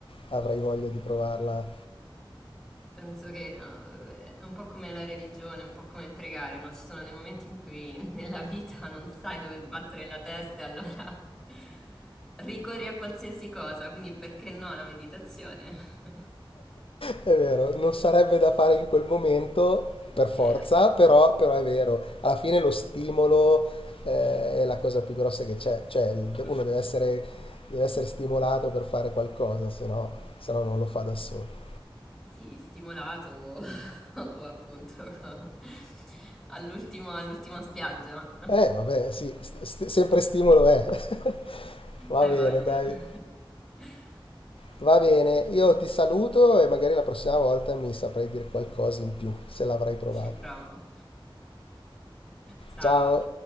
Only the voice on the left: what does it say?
avrai voglia di provarla
È vero, non sarebbe da fare in quel momento per forza,
però, però è vero, alla fine lo stimolo eh, è la cosa più grossa che c'è, cioè il-
uno deve essere, deve essere stimolato per fare qualcosa, se no, se no non lo fa da solo.
Eh, vabbè, sì, st- st- sempre stimolo è. <laughs> Va
bene,
dai.
Va bene, io ti saluto e magari la prossima volta mi saprai dire qualcosa in più, se l'avrai provato.
Ciao.